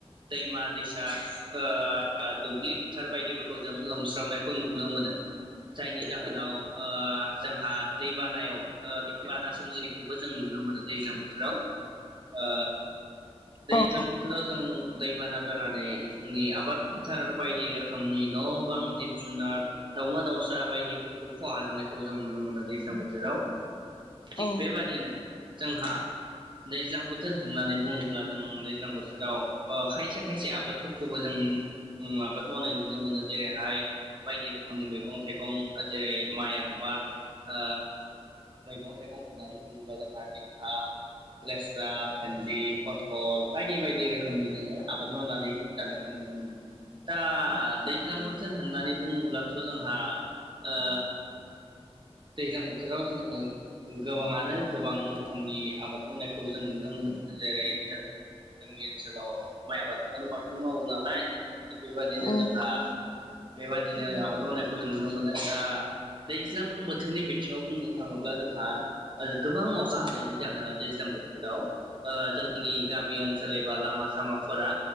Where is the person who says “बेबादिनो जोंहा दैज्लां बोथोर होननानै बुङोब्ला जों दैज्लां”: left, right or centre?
Right